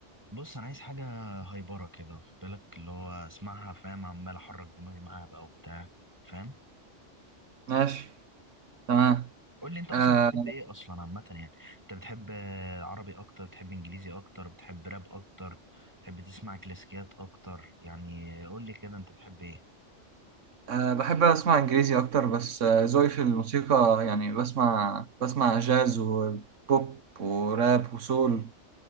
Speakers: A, on the right (about 15°); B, on the right (about 85°).
A: بص انا عايز حاجه هايبره كده واخد بالك اللي هو اسمعها فاهم عمال احرك دماغي معاها بقى وبتاع فاهم
B: ماشي تمام
A: قول لي انت اصلا
B: أه
A: بتحب ايه اصلا عامه يعني انت بتحب آه، عربي اكتر بتحب انجليزي اكتر بتحب راب اكتر بتحب تسمع كلاسيكيات اكتر يعني قول لي كده انت بتحب ايه
B: أه بحب اسمع انجليزي اكتر بس آه، ذوقي في الموسيقى يعني بسمع بسمع جاز وبوب وراب وسول